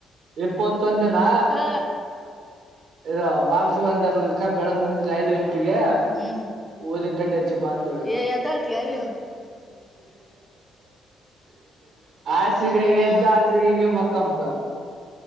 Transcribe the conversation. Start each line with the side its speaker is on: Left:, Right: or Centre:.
Right: ಇಪ್ಪತ್ತು ಮತ್ತೊಂದನಾ
Centre: ಹ
Right: ಇ ಮಾಸ ಒಂದರ್ಕ ಬೆಳಗ ಮುಂಜಾನೆ ಐದ್ ಗಂಟೆಗೆ
Centre: ಹ್ಮ್
Right: ಉದ್ದಿನ ಕಡ್ಡಿ ಶುಭ ಅಂತ ಹೇಳಿದ್ರು
Centre: ಏ ಎದ್ದಳ್ತೀಯ ನೀನು
Right: ಆ ಸಿಗೈ ದ ಆಸಗೈ ಮಕ್ಕಮಪ